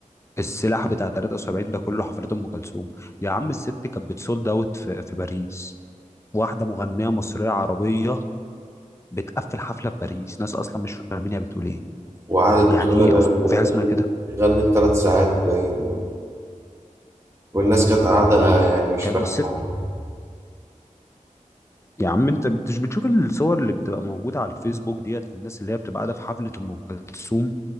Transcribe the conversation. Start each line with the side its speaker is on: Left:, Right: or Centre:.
Left: السلاح بتاع 73 ده كله حفلات أم كلثوم يا عم الست كانت بتسولد أوت في في باريس واحدة مغنية مصرية عربية بتقفل حفلة في باريس ناس أصلا مش فاهمين هي بتقول إيه
Right: وقعدت
Left: يعني
Right: تقول
Left: إيه
Right: لك غن-
Left: أصلا هو في حاجة اسمها كده
Right: غنت ثلاث ساعات باين والناس كانت قاعدة يعني مش
Left: كانت
Right: فاهمة
Left: الست يا عم انت مش بتشوف الصور اللي بتبقى موجوده على الفيسبوك ديت للناس اللي هي بتبقى قاعده في حفله ام كلثوم